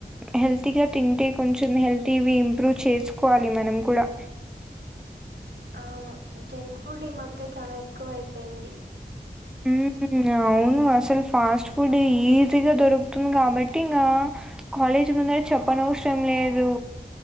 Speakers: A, in the centre; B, on the right.
A: హెల్తీగా తింటే, కొంచెం హెల్తీ ఇవి ఇంప్రూవ్ చేసుకోవాలి మనం కూడా.
B: అవును జంక్ ఫుడ్ ఈ మధ్య చాలా ఎక్కువయిపోయింది
A: ఉ అవును అసలు ఫాస్ట్ ఫుడ్ ఈజీగా దొరుకుతుంది కాబట్టి ఇంకా కాలేజీ ముందర చెప్పనవసరం లేదు